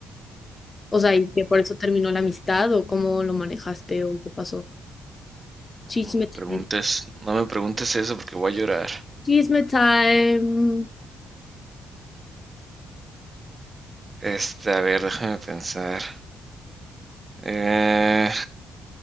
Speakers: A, on the left (about 25°); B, on the right (about 25°).
A: O sea, y que por eso terminó la amistad o cómo lo manejaste o qué pasó. Chisme
B: No me preguntes,
A: time.
B: no me preguntes eso porque voy a llorar.
A: Chisme time.
B: Este, a ver, déjame pensar. Eh,